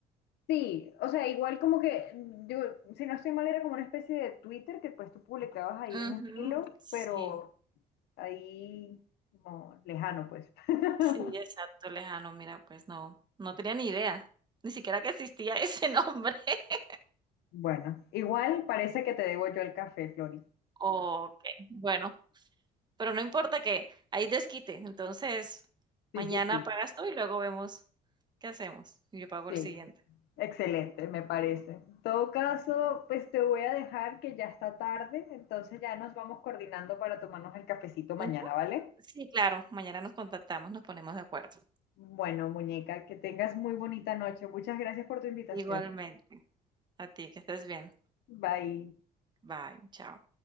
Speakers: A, on the left; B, on the right.
A: sí, o sea, igual como que, yo, si no estoy mal, era como una especie de Twitter que pues tú publicabas ahí
B: Ujú,
A: en un hilo,
B: sí.
A: pero ahí como lejano, pues. <laughs>
B: Sí, exacto, lejano. Mira, pues no, no tenía ni idea, ni siquiera que existía ese nombre. <laughs>
A: Bueno, igual parece que te debo yo el café, Flori.
B: Okey, bueno, pero no importa que hay desquite, entonces mañana
A: Sí, sí, sí,
B: pagas tú y luego vemos qué hacemos. Y Yo pago
A: sí.
B: el siguiente.
A: Excelente, me parece. En todo caso, pues te voy a dejar que ya está tarde, entonces ya nos vamos coordinando para tomarnos el cafecito mañana,
B: Ujú.
A: ¿vale?
B: Sí, claro, mañana nos contactamos, nos ponemos de acuerdo.
A: Bueno, muñeca, que tengas muy bonita noche. Muchas gracias por tu invitación.
B: Igualmente, a ti, que estés bien.
A: Bye.
B: Bye, chao.